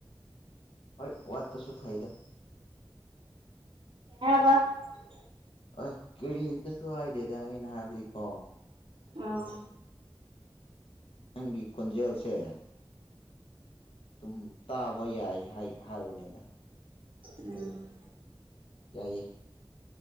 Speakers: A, on the left; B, on the right.
A: ꯍꯣꯏ ꯋꯥꯠꯄꯁꯨ ꯐꯥꯏꯗ
B: <inaudible>
A: ꯑ ꯀꯔꯤꯝꯇꯁꯨ ꯍꯥꯏꯗꯦꯗ ꯑꯩꯅ ꯍꯥꯏꯕꯗꯤꯀꯣ
B: ꯑꯥ
A: ꯅꯪꯒꯤ ꯈꯣꯟꯖꯦꯜꯁꯦ ꯑꯗꯨꯝ ꯇꯥꯕ ꯌꯥꯏ ꯍꯥꯏꯕꯅꯤꯗ
B: ꯎꯝ
A: ꯌꯥꯏꯌꯦ